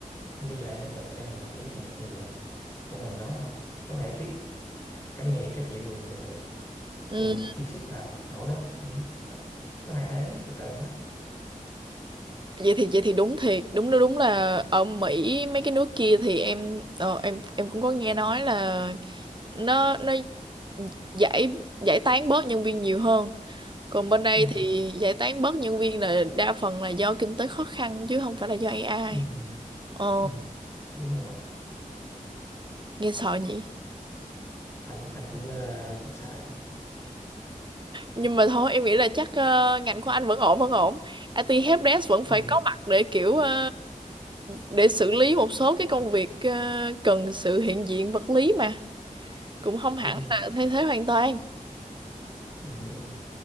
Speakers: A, on the left (about 25°); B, on the right (about 35°).
A: nhưng bây giờ em đâu cần 100 người đâu em chỉ cần một người thôi một mình nó thôi nó có thể tiếp cả ngàn cả triệu người bình thường
B: Ừ.
A: cùng chi sức vào hỏi nó ừ, đó. nó thay thế từ từ hết
B: vậy thì vậy thì đúng thiệt đúng đúng là ở Mỹ mấy cái nước kia thì em ờ, em em cũng có nghe nói là nó nó giải giải tán bớt nhân viên nhiều hơn còn bên đây
A: ừ,
B: thì giải tán bớt nhân viên là đa phần là do kinh tế khó khăn chứ không phải là do AI
A: ừ,
B: ồ
A: ừ. đúng rồi
B: nghe sợ nhỉ
A: anh anh cũng ờ, cũng sợ
B: nhưng mà thôi em nghĩ là chắc ờ, ngành của anh vẫn ổn vẫn ổn IT helpdesk vẫn phải
A: ừ,
B: có mặt để kiểu ờ, để xử lý một số cái công việc ờ, cần sự hiện diện vật lý mà cũng không hẳn
A: đúng rồi
B: là thay thế hoàn toàn
A: ừ, đúng rồi